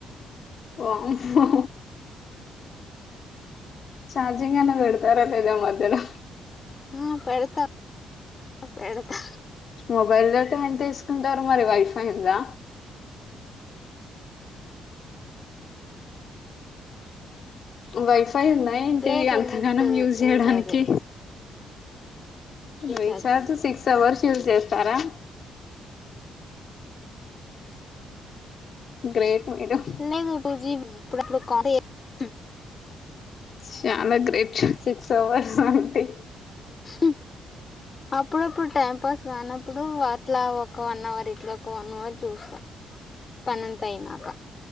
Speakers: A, on the left; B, on the left.
A: వామ్మో చార్జింగ్ అన్నా పెడతారా లేదా మధ్యలో
B: ఆ పెడతా <inaudible> పెడతా
A: మొబైల్ డేటా ఎంత తీసుకుంటారు మరి వైఫై ఉందా వైఫ్ పైగా ఏంటి
B: లేదు
A: అంతగానం
B: నెట్
A: యూజ్ చేయడానికి
B: రీచార్జే recharge
A: recharge six hours use చేస్తారా గ్రేట్ మీరు
B: నేను బుజిగున్న అప్పుడప్పుడు కా <unintelligible>
A: చాలా గ్రేట్ సిక్స్ అవర్స్ అంటే
B: ఊహ్మ్ అప్పుడప్పుడు టైం పాస్ కానప్పుడు అట్లా ఒక వన్ అవర్ ఇట్లా ఒక వన్ అవర్ చూస్తా పనంతా అయినాక